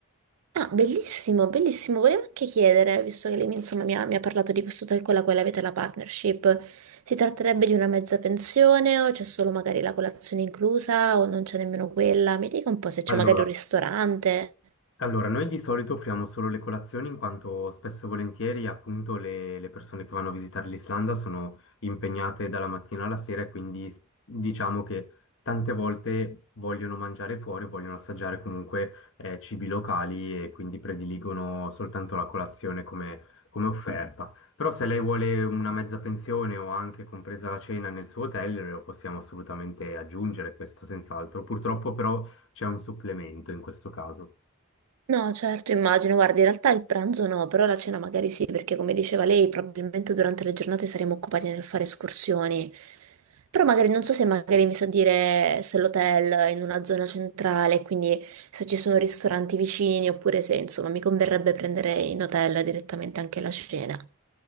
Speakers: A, on the right; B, on the left.
A: Ah, bellissimo, bellissimo. Volevo anche chiedere, visto che lei mi, insomma, mi ha, mi ha parlato di questo hotel con la quale avete la partnership, si tratterebbe di una mezza pensione o c'è solo magari la colazione inclusa o non c'è nemmeno quella? Mi dica un po' se c'è
B: Allora,
A: magari un ristorante.
B: Allora, noi di solito offriamo solo le colazioni in quanto spesso e volentieri appunto le, le persone che vanno a visitare l'Islanda sono impegnate dalla mattina alla sera e quindi s- diciamo che tante volte vogliono mangiare fuori, vogliono assaggiare comunque eh, cibi locali e quindi prediligono soltanto la colazione come, come offerta. Però se lei vuole una mezza pensione o anche compresa la cena nel suo hotel, lo possiamo assolutamente aggiungere, questo senz'altro. Purtroppo però c'è un supplemento in questo caso.
A: No, certo, immagino. Guarda, in realtà il pranzo no, però la cena magari sì, perché come diceva lei, probabilmente durante le giornate saremo occupati nel fare escursioni. Però magari non so se magari mi sa dire se l'hotel è in una zona centrale, quindi se ci sono ristoranti vicini, oppure se insomma mi converrebbe prendere in hotel direttamente anche la cena.